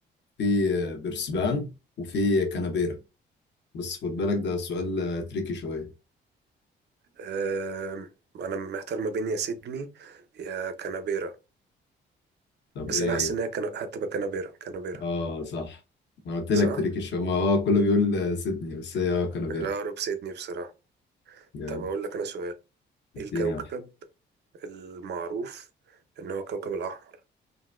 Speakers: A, on the left (about 65°); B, on the right (about 60°).
A: في برسبان وفي كانبيرا بس خد بالك ده سؤال آه، تريكي شوية
B: آه انا محتار ما بين يا سيدني يا كانبيرا
A: طب
B: بس
A: ايه
B: انا حاسس
A: ايه
B: ان هي كان... هتبقى كانبيرا كانبيرا
A: اه صح ما قلت
B: صح
A: لك تريكي شوية ما اه كله بيقول آه، سيدني بس هي اه كانبيرا
B: لا اقرب سيدني بصراحة
A: جامد
B: طب اقول لك انا سؤال
A: اديني
B: ايه الكوكب
A: واحد
B: المعروف إن هو كوكب الأحمر